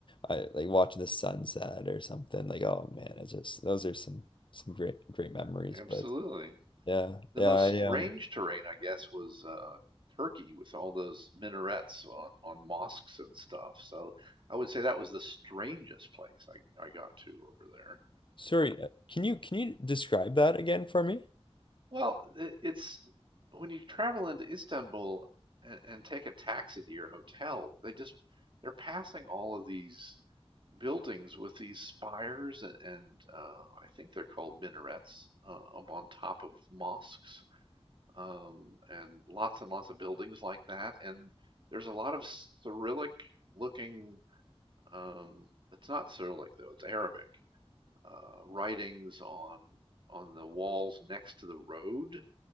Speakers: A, on the left; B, on the right.
A: I like watching the sunset or something. Like oh man, it's just those are some some great great memories.
B: Absolutely.
A: But yeah,
B: The
A: yeah,
B: most
A: I
B: strange
A: um
B: terrain, I guess, was uh, Turkey with all those minarets on, on mosques and stuff. So I would say that was the strangest place I, I got to over there.
A: sorry, uh, can you can you describe that again for me?
B: Well, it's when you travel into Istanbul and, and take a taxi to your hotel, they just they're passing all of these buildings with these spires and, and uh, I think they're called minarets uh, up on top of mosques. um, and lots and lots of buildings like that. And there's a lot of Cyrillic looking, um, it's not Cyrillic though, it's Arabic uh, writings on on the walls next to the road.